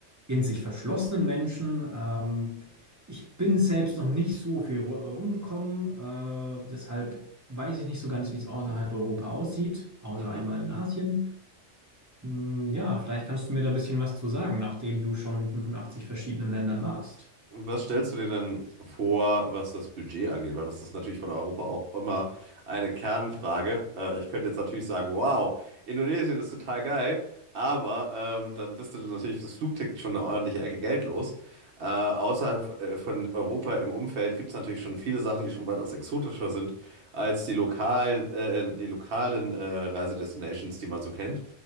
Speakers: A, on the right; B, on the right.
A: in sich verschlossenen Menschen. Ähm, ich bin selbst noch nicht so viel ru- rumgekommen, äh, deshalb weiß ich nicht so ganz, wie es außerhalb Europa aussieht, außer
B: mhm.
A: einmal in Asien. Hm, Ja, vielleicht kannst du mir da ein bisschen was zu sagen, nachdem du schon in 85 verschiedenen Ländern warst.
B: Was stellst du dir denn vor, was das Budget angeht? Weil das ist natürlich von Europa auch immer eine Kernfrage. Äh, ich könnte jetzt natürlich sagen, wow, Indonesien ist total geil, aber ähm, dann bist du natürlich fürs Flugticket schon eine ordentliche Ecke Geld los. Äh, außerhalb äh, von Europa im Umfeld gibt es natürlich schon viele Sachen, die schon weitaus exotischer sind als die lokalen, äh, die lokalen äh, Reisedestinations, die man so kennt,